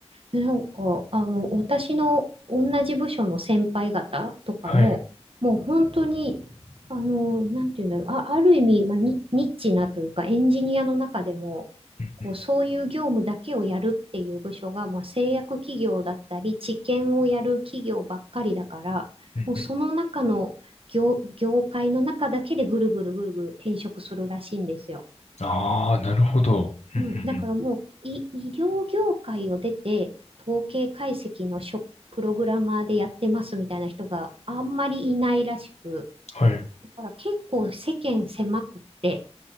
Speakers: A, on the right (about 55°); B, on the left (about 85°).
A: なんか、あの、私の同じ部署の先輩方とかも、
B: はい。
A: もう本当に、あの、なんていうんだろう、あ、ある意味、まあ、ニ、ニッチなというか、エンジニアの中でも、
B: うんうん
A: こう、そういう業務だけをやるっていう部署が、まあ、製薬企業だったり、治験をやる企業ばっかりだから、
B: うんうん。
A: もうその中の業、業界の中だけでぐるぐるぐるぐる転職するらしいんですよ。
B: ああ、なるほど。うんうん
A: うん、だからもう医、医療業界を出て、統計解析のしょプログラマーでやってますみたいな人があんまりいないらしく、
B: うん。はい。う
A: だから結構世間狭くって、